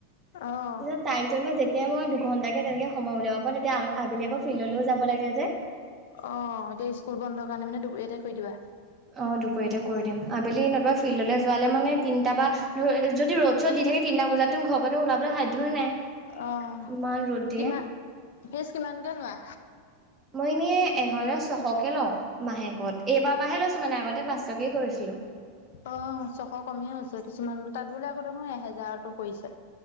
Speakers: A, on the left (about 75°); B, on the right (about 20°).
A: অ'।
B: তাৰপিছত তাইক যে মই যেতিয়া মই দুঘণ্টা কে তেনেকে সময় উলিয়াব পাৰু তেতিয়া আবেলি আকৌ ফিল্ডলৈও যাব লাগে যে।
A: অ' এতিয়া স্কুল বন্ধৰ কাৰণে মানে <unintelligible> দিবা
B: অ' দুপৰীয়াতে কৰি দিম আবেলি নতবা ফিল্ডলৈ যোৱালে মানে তিনিটা বা ধ যদি ৰ'দ চদ দি থাকে তিনিটা বজাত তো ঘৰাতে ওলাবলৈ সাধ্যয়ে নাই।
A: অ'
B: ইমান ৰ'দ দিয়ে।
A: কিমান ফিচ কিমানকে লোৱা?
B: মই এনেই এঘজাৰ ছশকে লওঁ মাহেকত এইবাৰ পৰাহে লৈছো মানে আগত ত পাঁচশকে কৰিছিলো।
A: অ' ছশ কমহে হৈছে কিছুমান তাত বোলে আকৌ দেখো এহেজাৰতো কৰিছে।